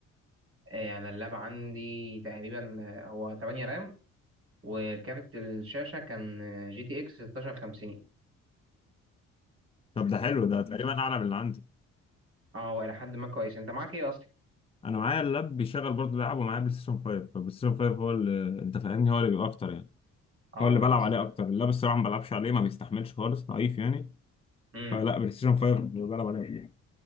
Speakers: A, on the right (about 45°); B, on the left (about 20°).
A: آه، انا اللاب عندي تقريبا آه، هو 8 رام وكارت الشاشه كان آه، جي تي اكس 1650
B: طب ده حلو ده تقريبا اعلى من اللي عندي
A: اه والى حد ما كويس انت معاك ايه اصلا
B: انا معايا اللاب بيشغل برضه بيلعب ومعايا بلاي ستيشن 5 فبلاي ستيشن 5 هو اللي انت فاهمني هو اللي بيبقى اكتر يعني
A: اه
B: هو اللي
A: لا
B: بلعب
A: بس
B: عليه اكتر اللاب الصراحه ما بلعبش عليه ما بيستحملش خالص ضعيف يعني
A: امم
B: فلا بلاي ستيشن 5 بلعب عليه